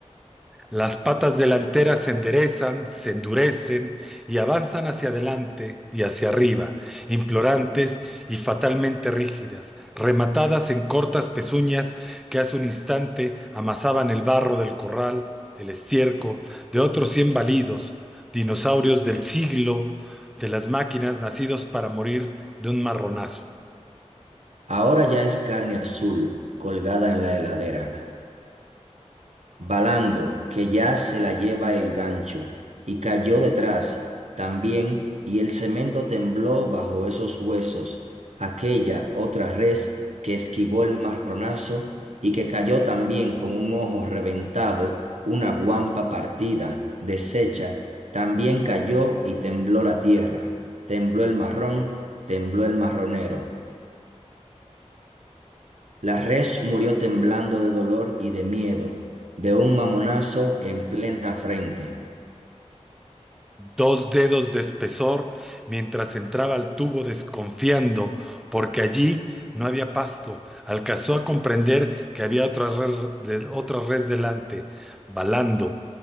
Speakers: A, in the centre; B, on the right.
A: Las patas delanteras se enderezan, se endurecen y avanzan hacia adelante y hacia arriba, implorantes y fatalmente rígidas, rematadas en cortas pezuñas que hace un instante amasaban el barro del corral, el estiércol de otros cien balidos, dinosaurios del siglo de las máquinas nacidos para morir de un marronazo.
B: Ahora ya es carne azul, colgada en la heladera. Balando, que ya se la lleva el gancho, y cayó detrás también, y el cemento tembló bajo esos huesos, aquella otra res que esquivó el marronazo y que cayó también con un ojo reventado, una guampa partida, deshecha, también cayó y tembló la tierra, tembló el marrón, tembló el marronero. La res murió temblando de dolor y de miedo, de un mamonazo en plena frente.
A: dos dedos de espesor mientras entraba al tubo desconfiando, porque allí no había pasto. Alcanzó a comprender que había otra red, de- otra res delante, balando